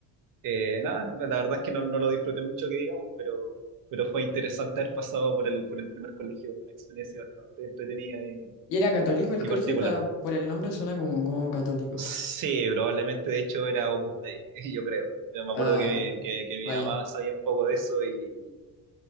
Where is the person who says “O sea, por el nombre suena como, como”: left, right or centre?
Left